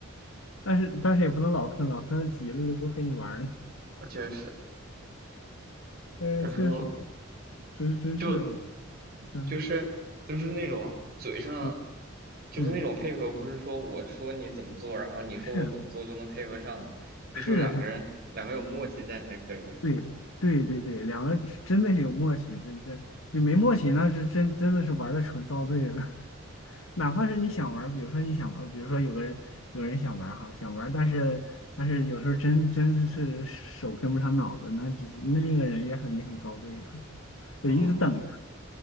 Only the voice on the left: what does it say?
但是但是也不能老坑，
老坑急了就不和你玩儿了。
嗯，
确实。真真是我的，
嗯
嗯
嗯，
是
是是，
对对对对，两个人真的是有默契，真真你没默契那是真真的是玩的纯遭罪了。<laughs> 哪怕是你想玩儿比如说你想玩儿比如说有个人有人想玩儿哈，想玩儿但是但是有时候真真是手跟不上脑子，那只那另一个人也很也很遭罪啊，<laughs> 也一直等。